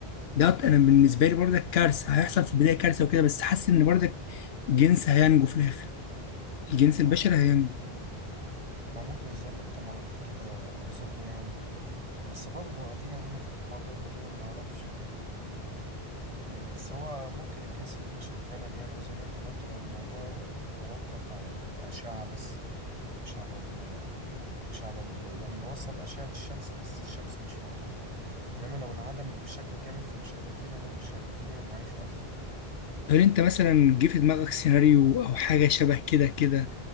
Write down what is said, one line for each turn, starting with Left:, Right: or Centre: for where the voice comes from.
Left: ده انا بالنسبة لي برضك كارثة هيحصل في البداية كارثة وكده بس حاسس ان برضك جنس هينجو في الاخر الجنس البشري
Right: هو ممكن
Left: هينجو
Right: هو ممكن زي ما انت ما قلت كده اظن يعني بس برضه ادينا هنا في الحاضر وادينا ما نعرفش آه، بس هو ممكن الجنس البشري فعلا ينجو زي ما انت ما قلت لو الموضوع توقف على الأشعة بس مش على ال مش على ال يعني لو وصل لأشعة الشمس بس الشمس مش موجودة انما لو انعدمت بشكل كامل فمش هيبقى فيه نبات مش هيبقى فيه معيشة اصلا
Left: هل انت مثلا جه في دماغك سيناريو او حاجة شبه كده كده